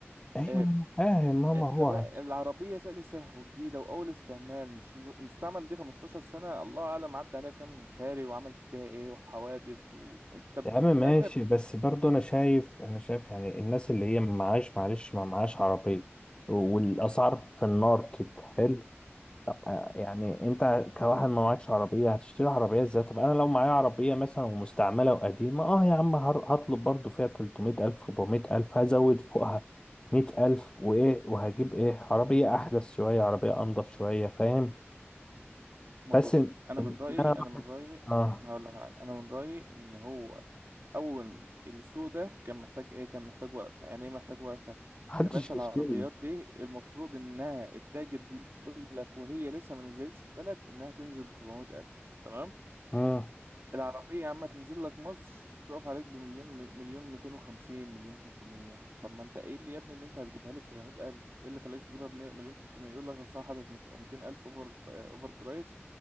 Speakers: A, on the left; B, on the right.
A: ايوه
B: اه
A: أنا فاهم ماما
B: انت
A: هو
B: بقى العربية سأل سهو وجديدة واول استعمال مش م- المستعمل دي 15 سنة الله اعلم عدى عليها كام شاري وعمل بيها ايه وحوادث وانت ب-
A: يا عم
B: من الاخر
A: ماشي بس برضه انا شايف انا شايف يعني الناس اللي هي ما معاش معلش ما معاش عربية والاسعار في النار كده حلو طب آه، يعني انت كواحد ما معكش عربية هتشتري عربية ازاي طب انا لو معايا عربية مثلا ومستعملة وقديمة اه يا عم هر- هطلب برضه فيها 300 الف 400 الف هزود فوقها 100 الف وايه وهجيب ايه عربية احدث شوية عربية انضف شوية فاهم
B: ما
A: بس
B: بص
A: ان
B: انا
A: إن
B: من رايي
A: انا
B: انا من رايي
A: آه
B: هقول لك على حاجه انا من رايي ان هو اول السوق ده كان محتاج ايه كان محتاج وقفه يعني ايه محتاج وقفه
A: محدش
B: يا باشا
A: بيشتري
B: العربيات دي المفروض انها التاجر بيقول لك وهي لسه ما نزلتش البلد انها تنزل ب 700000 تمام
A: اه
B: العربية عم تنزل لك مصر بتقف عليك بمليون مليون 250 مليون 300 طب ما انت قايل لي يا ابني ان انت هتجيبها لي ب 700 الف ايه اللي خلاك تجيبها ب 100 مليون 300 يقول لك اصل انا حاطط 200 الف اوفر اوفر برايس